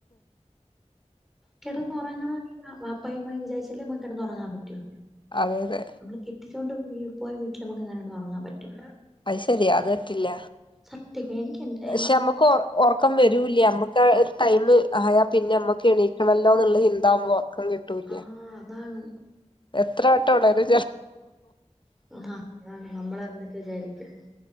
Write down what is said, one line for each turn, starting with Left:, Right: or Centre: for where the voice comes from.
Centre: കിടന്നൊറങ്ങണെങ്കി വാ പ്പായും ഉമ്മായും വിചാരിച്ചാല്ലേ നമുക്ക് കെടന്നൊറങ്ങാൻ പറ്റൂ
Left: അതെ അതെ
Centre: നമ്മള് കെട്ടിച്ചോണ്ട് പോയൊ പോയ വീട്ടില് നമുക്കങ്ങനെ കെടന്നുറങ്ങാൻ പറ്റൂല
Left: അത് ശെരിയാ അത് പറ്റില്ല
Centre: സത്യം എനിക്ക് എന്റെ
Left: പക്ഷെ നമ്മക്ക് ഒറ ഒറക്കം വരൂല്ല അമ്മ് ക്ക് ഒരു ടൈം ആയാ പിന്നെ നമ്മക്ക് എണീക്കണല്ലോ എന്നിള്ള ചിന്താവുമ്പോ ഉറക്കം കിട്ടൂല്ല
Centre: ആഹ് അതാണ്
Left: എത്ര വട്ടം ഒണരും
Centre: ആ അതാണ് നമ്മള് എന്നിട്ട് വിചാരിക്കും